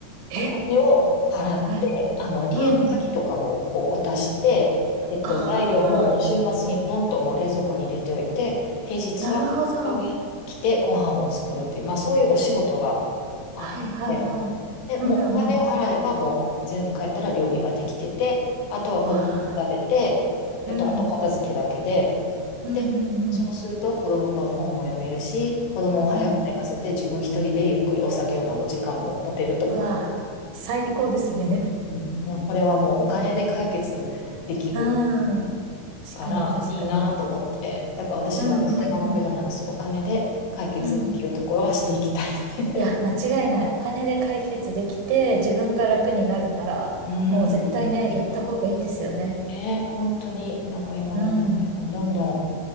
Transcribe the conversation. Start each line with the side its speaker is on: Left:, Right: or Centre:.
Right: え
Left: お金を払って、
Right: はい。
Left: あの、家の鍵とかもこう渡して、
Right: うんうん。
Left: えっと、
Right: あ
Left: 材料ももう週末にポンともう冷蔵庫に入れておいて、平日は
Right: ー、なるほど。
Left: 来てご飯を作るっていう、まあそういうお仕事があって、
Right: はいはいは
Left: で、
Right: い。
Left: もうお金を払えば、
Right: うんうん。
Left: もう全部帰ったら料理ができてて、あとは子供が食べて、
Right: わあ。
Left: えっと、
Right: うん。
Left: あと片付けだけで、
Right: うんうんうん。
Left: で、そうすると子供と本も読めるし、子供を早く寝かせて自分一人でゆっくりお酒を飲む時間も持てるとか、
Right: うんうわあ、最高ですね。
Left: うん。もうこれはもうお金で解決できる
Right: <laughs> うん。確かに、
Left: からいいなと思って、
Right: 確かに。
Left: だから私もそれが目標なんですよ。
Right: うんうんうん。
Left: お金で解決っていうところはしていきたい。
Right: うん。いや、間違いない。お金で解決できて、自分が楽になるなら、
Left: <laughs> う
Right: もう絶対ね、
Left: ん。
Right: やった方がいいですよね。
Left: ね、本当になんか今もそういうのもどんどん
Right: うん。